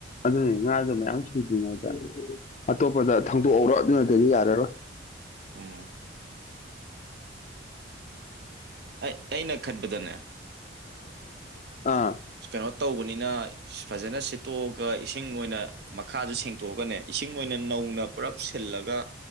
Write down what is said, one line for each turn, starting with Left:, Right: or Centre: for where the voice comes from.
Left: ꯑꯗꯨꯅꯤ ꯉꯥꯗꯣ ꯃꯌꯥꯝ ꯁꯤꯗ꯭ꯔꯤꯉꯩꯗ ꯑꯇꯣꯞꯄꯗ ꯊꯪꯗꯣꯛꯍꯧꯔꯣ ꯑꯗꯨꯅꯗꯗꯤ ꯌꯥꯔꯔꯣꯏ <inaudible>
Right: ꯎꯝ ꯑꯩ ꯑꯩꯅ ꯈꯟꯕꯗꯅꯦ
Left: ꯑꯥ
Right: ꯀꯩꯅꯣ ꯇꯧꯕꯅꯤꯅ ꯐꯖꯅ ꯁꯤꯠꯇꯣꯛꯑꯒ ꯏꯁꯤꯡ ꯑꯣꯏꯅ ꯃꯈꯥꯁꯨ ꯁꯦꯡꯇꯣꯛꯑꯒꯅꯦ ꯏꯁꯤꯡ ꯑꯣꯏꯅ ꯅꯧ ꯅꯧꯅ ꯄꯨꯜꯂꯞ ꯁꯤꯜꯂꯒ